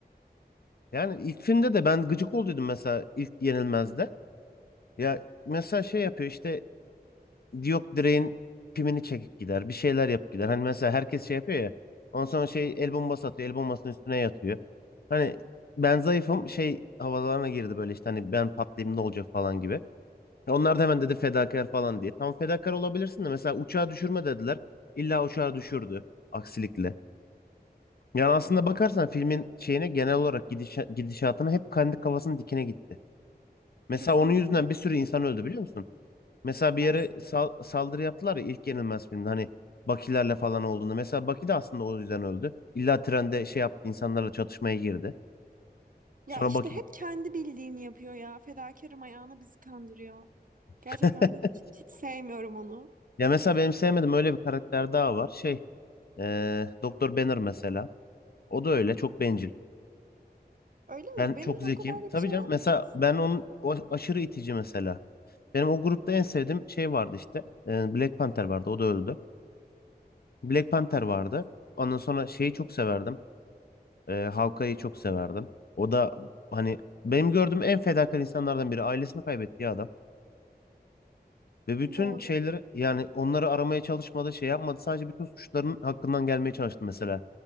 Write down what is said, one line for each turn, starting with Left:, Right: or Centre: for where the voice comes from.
Left: Yani ilk filmde de ben gıcık olduydum mesela ilk Yenilmez'de. Ya mesela şey yapıyor işte yok direğin pimini çekip gider. Bir şeyler yapıp gider. Hani mesela herkes şey yapıyor ya. Ondan sonra şey el bombası atıyor. El bombasının üstüne yatıyor. Hani ben zayıfım şey havalarına girdi böyle işte hani ben patlayayım ne olacak falan gibi. Ya Onlar da hemen dedi fedakar falan diye. Tamam fedakar olabilirsin de mesela uçağı düşürme dediler. İlla uçağı düşürdü aksilikle. Yani aslında bakarsan filmin şeyine genel olarak gidişa- gidişatına hep kendi kafasının dikine gitti.
Right: <laughs>
Left: Mesela
Right: Kesinlikle.
Left: onun yüzünden bir sürü insan öldü biliyor musun? Mesela bir
Right: Hangisi?
Left: yere sal- saldırı yaptılar ya ilk Yenilmez filmde hani Bakilerle falan olduğunda. Mesela Baki de aslında o yüzden öldü. İlla trende şey yaptı insanlarla çatışmaya girdi.
Right: Ya
Left: Sonra
Right: işte
Left: Baki.
Right: hep kendi bildiğini yapıyor ya. Fedakarım ayağına bizi kandırıyor. Gerçekten
Left: <laughs>
Right: hiç, hiç sevmiyorum onu.
Left: Ya mesela benim sevmediğim öyle bir karakter daha var. Şey eee Doktor Banner mesela. O da öyle çok bencil.
Right: Öyle mi?
Left: Ben
Right: Benir
Left: çok zekiyim.
Right: o kadar da
Left: Tabii
Right: bir şey
Left: canım
Right: yapmıyor
Left: mesela
Right: aslında.
Left: ben onun o aşırı itici mesela. Benim o grupta en sevdiğim şey vardı işte. E, Black Panther vardı. O da öldü. Black Panther vardı.
Right: Evet,
Left: Ondan sonra şeyi çok severdim. E, Hawkeye'yi çok severdim. O da hani benim gördüğüm en fedakar insanlardan biri. Ailesini kaybettiği adam. Ve bütün
Right: doğru.
Left: şeyleri yani onları aramaya çalışmadı, şey yapmadı. Sadece bütün suçların hakkından gelmeye çalıştı mesela.